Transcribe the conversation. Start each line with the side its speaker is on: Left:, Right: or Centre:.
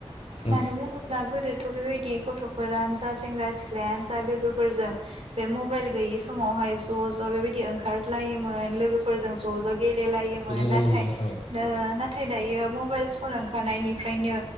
Left: उम
Right: मानो बुङोब्ला गोदो थ' बेबायदि गथ'फोरानो जा सेंग्रा सिख्लायानो जा लोगोफोरजों बे मबाइल गैयि समावहाय ज' ज' बेबायदि ओंखारज्लायोमोन लोगोफोरजों ज' ज' गेलेलायोमोन
Left: बिदि लायोमोन
Right: नाथाय
Left: औ
Right: नाथाय नाथाय दायो मबाइल सन ओंखारनायनिफ्रायनो